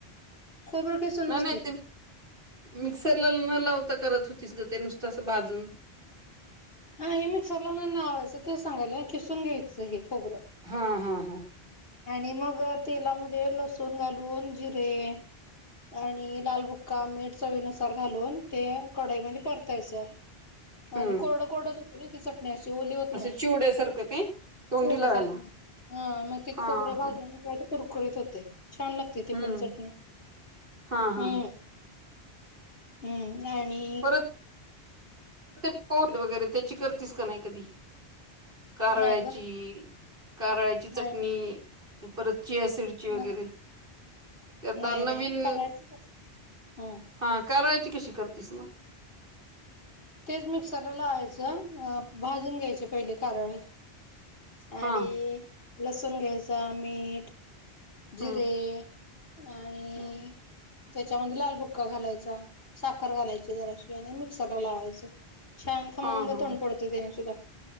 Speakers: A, on the left; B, on the right.
A: खोबरं किसूनच
B: नाही नाही
A: की.
B: ते मिक्सरला न लावता करत होतीस ग, ते नुसतं असं भाजून.
A: हा, हे मिक्सरला नाही लावायचं ते सांगायला खिसून घ्यायचं हे खोबर
B: हा, हा, हा.
A: आणि मग तेलामध्ये लसूण घालून जिरे- आणि लालबुक्का, मीठ चवीनुसार घालून ते कढाईमध्ये परतायचं.
B: हम्म
A: आणि कोरडं, कोरडच <unintelligible> तिच. मी अशी ओली होत नाही,
B: असं चिवड्यासारखं काय तोंडी
A: थोडं
B: लावायला
A: फार अ. - ते
B: हा
A: खोबऱ्या भाजल्यामुळे
B: हा
A: काय ते कुरकुरीत होतेय. छान लागते ते
B: हम्म
A: पण चटणी.
B: हा हा
A: हम्म. हम्म आणि
B: परत ते पोड वगैरे त्याची करतीस का नाही कधी, कारळ्याची?
A: नाही ग
B: कारळ्याची
A: नाही
B: चटणी,
A: नाही
B: परत चियासीड ची वगैरे,
A: नाही
B: ते आता
A: नाही
B: नवीन
A: नाही करायचीच हम्म
B: हा कारळ्याची कशी करतीस म?
A: तेच मिक्सरला लावायचं, अ भाजून घ्यायचे पहिले कारळे. आणि
B: हा
A: लसूण घ्यायचा, मीठ. जिरे
B: हम्म
A: आणि
B: हम्म
A: त्याच्यामदि लालबुक्का घालायचा, साखर घालायची जराशी आणि मिक्सरला लावायचं. छान खमंग
B: हा हा
A: तोंड पडतो, त्याने सुद्धा.